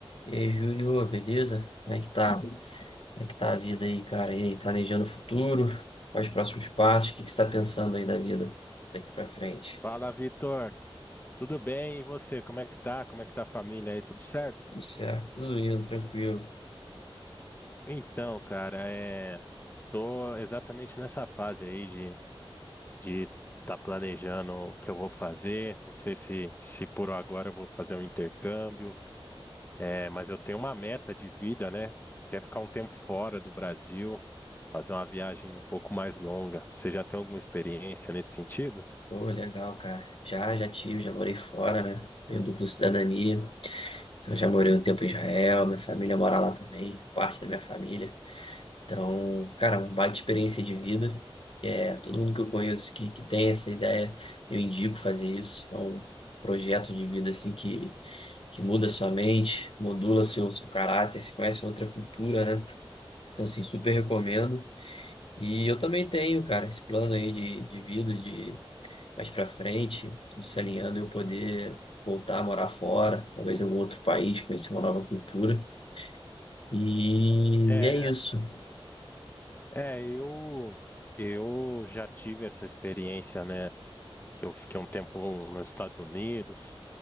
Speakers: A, on the left; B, on the left.
A: E aí, Júlio, beleza? Como é que tá? Como é que tá a vida aí, cara? E aí, planejando o futuro? Quais os próximos passos? O que que você tá pensando aí da vida daqui pra frente?
B: Fala, Vitor. Tudo bem? E você? Como é que tá? Como é que tá a família aí? Tudo certo?
A: Tudo certo, tudo indo, tranquilo.
B: Então, cara, é... tô exatamente nessa fase aí de de tá planejando o que eu vou fazer. Não sei se se por agora eu vou fazer um intercâmbio, é... mas eu tenho uma meta de vida, né? Que é ficar um tempo fora do Brasil, fazer uma viagem um pouco mais longa. Você já tem alguma experiência nesse sentido?
A: Pô, legal, cara. Já, já tive, já morei fora, né? Tenho dupla cidadania. Então, já morei um tempo em Israel, minha família mora lá também, parte da minha família. Então, cara, uma baita experiência de vida. É, todo mundo que eu conheço que, que tem essa ideia, eu indico fazer isso. É um projeto de vida assim que, que muda sua mente, modula seu, seu caráter, se conhece outra cultura, né? Então, assim, super recomendo. E eu também tenho, cara, esse plano aí de, de vida, de mais pra frente, tudo se alinhando, eu poder voltar a morar fora, talvez em algum outro país, conhecer uma nova cultura. E
B: É,
A: é isso.
B: é, eu eu já tive essa experiência, né? que eu fiquei um tempo nos Estados Unidos,